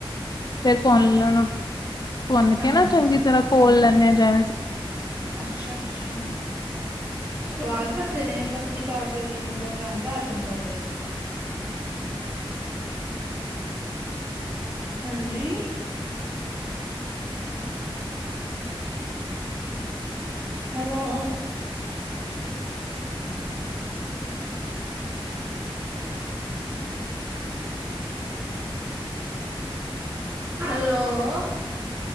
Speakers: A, on the left; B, on the right.
A: ਫੇਰ ਭੁੰਨ ਲੈਣਾ ਭੁੰਨ
B: ਹਾਂ
A: ਕੇ ਨਾ ਚੰਗੀ ਤਰ੍ਹਾਂ ਕੋਲ ਲੈਂਣੇ ਆਾ ਜਿਵੇਂ
B: ਅੱਛਾ-ਅੱਛਾ। ਸਵਾਦ ਬਣਦੇ ਨੇ ਪੱਤੀ ਪਾ ਕੇ ਵੀ ਮਤਲਬ ਰੰਗ ਆ ਜਾਂਦਾ ਉਹਦੇ ਵਿੱਚ। ਹਾਂਜੀ। ਹੈਲੋ। ਹੈਲੋ